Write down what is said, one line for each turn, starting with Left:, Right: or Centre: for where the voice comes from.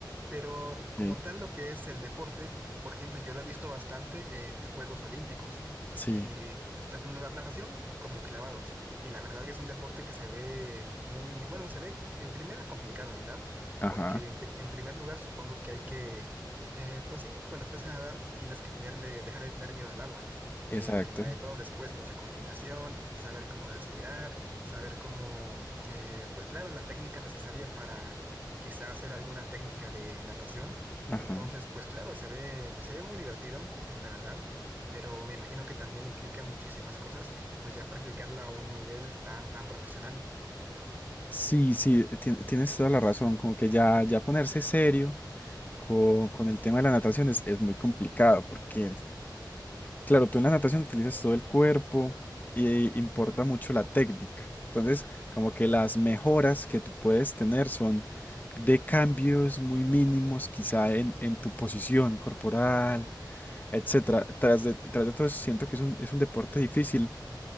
Right: pero como
Left: ok.
Right: tal lo que es el deporte, por ejemplo, yo lo he visto bastante en Juegos Olímpicos
Left: Sí,
Right: y tanto en la natación como clavados, y la verdad que es un deporte que se ve muy, bueno, se ve en primera complicado, ¿verdad?
Left: ajá,
Right: Porque en, pri- en primer lugar supongo que hay que eh, pues sí, cuando aprendes a nadar tienes que tenerle, dejar de tener miedo al agua.
Left: exacto,
Right: Eh, en primero de todo, después mucha coordinación, saber cómo respirar, saber cómo, eh, pues claro, la técnica necesaria para quizá hacer alguna técnica de natación.
Left: ajá.
Right: Entonces, pues claro, se ve, se ve muy divertido, la verdad, pero me imagino que también implica muchísimas cosas, pues ya practicarla a un nivel tan, tan profesional.
Left: Sí, sí, ti- tienes toda la razón, como que ya, ya ponerse serio co- con, el tema de la natación es, es muy complicado, porque Claro, tú en la natación utilizas todo el cuerpo y importa mucho la técnica. Entonces, como que las mejoras que tú puedes tener son de cambios muy mínimos, quizá en, en tu posición corporal, etcétera. Tras de, tras de todo eso, siento que es un, es un deporte difícil